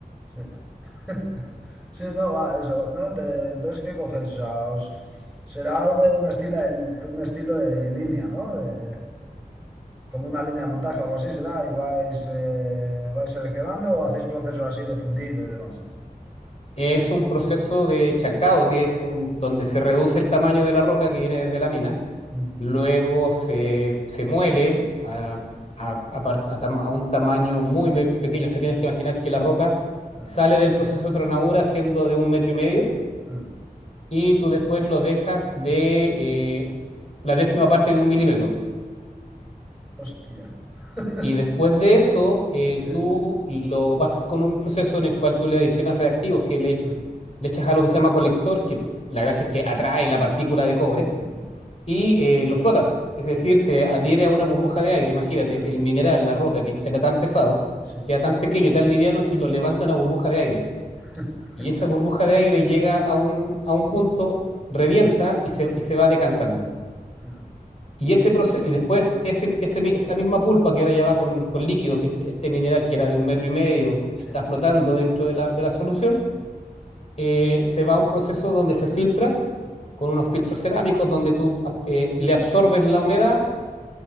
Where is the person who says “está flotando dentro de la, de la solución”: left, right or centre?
Left